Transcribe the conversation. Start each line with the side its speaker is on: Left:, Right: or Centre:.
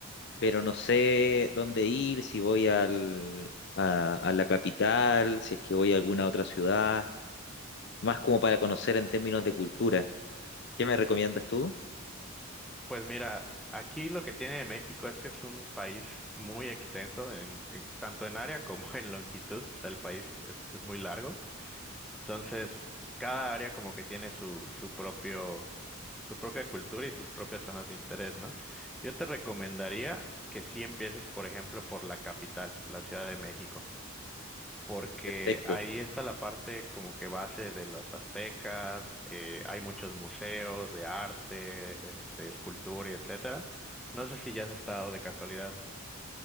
Left: pero no sé dónde ir, si voy al, a, a la capital, si es que voy a alguna otra ciudad, más como para conocer en términos de cultura. ¿Qué me recomiendas tú?
Centre: Pues mira, aquí lo que tiene México es que es un país muy extenso, en, en- tanto en área como en longitud, o sea, el país es es muy largo. Entonces, cada área como que tiene su, su propio, su propia cultura y sus propias zonas de interés, ¿no? Yo te recomendaría que sí empieces, por ejemplo, por la capital, por la Ciudad de México, porque
Left: Perfecto.
Centre: ahí está la parte como que base de los aztecas, eh, hay muchos museos de arte, este, escultura y etcétera. No sé si ya has estado de casualidad.